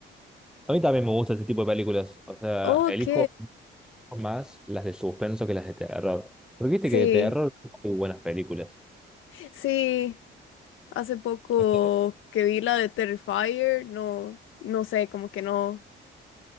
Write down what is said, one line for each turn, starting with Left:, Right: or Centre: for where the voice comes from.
Centre: A mí también me gusta ese tipo de películas. O sea,
Left: Ok,
Centre: elijo más las de suspenso que las de terror. Porque viste
Left: sí,
Centre: que de terror hay buenas películas.
Left: sí, hace poco
Centre: O sea,
Left: que vi la de Terrifier, no, no sé, como que no,